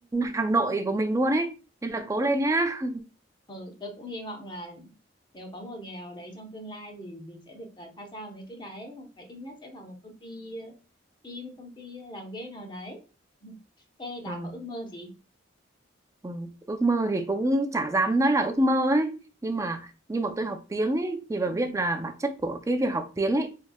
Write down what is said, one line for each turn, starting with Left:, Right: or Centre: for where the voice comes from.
Right: hàng nội của mình luôn ấy. Nên là cố lên nhá.
Left: ừ, tôi cũng hy vọng là nếu có một ngày nào đấy trong tương lai thì mình sẽ được à, tham gia vào mấy cái đấy hoặc phải ít nhất sẽ vào một công ty ờ, team công ty làm game nào đấy <laughs> thế bà
Right: Ờ,
Left: có ước mơ gì
Right: ừ, ước mơ thì cũng chả dám nói là ước mơ ấy nhưng mà nhưng mà tôi học tiếng ấy thì bà
Left: Ừ.
Right: biết là bản chất của cái việc học tiếng ấy